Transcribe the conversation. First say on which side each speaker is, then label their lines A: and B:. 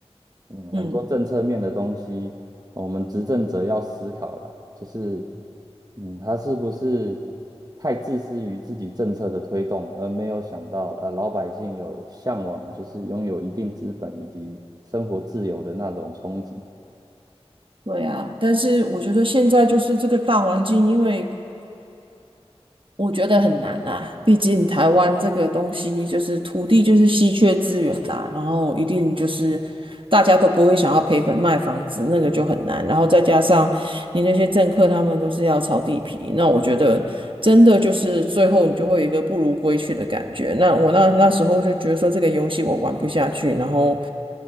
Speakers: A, on the right (about 35°); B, on the right (about 50°).
A: 嗯，
B: 嗯
A: 很多政策面的东西，我们执政者要思考啦，就是，嗯，他是不是太自私于自己政策的推动，而没有想到，呃，老百姓有向往，就是拥有一定资本以及生活自由的那种憧憬，
B: 对啊。但是我觉得现在就是这个大环境，因为我觉得很难啦，毕竟台湾这个东西就是土地就是稀缺资源啦，然后一定就是大家都不会想要赔本卖房子，那个就很难。然后再加上你那些政客他们都是要炒地皮，那我觉得真的就是最后你就会有一个不如归去的感觉。那我那那时候就觉得说这个游戏我玩不下去，然后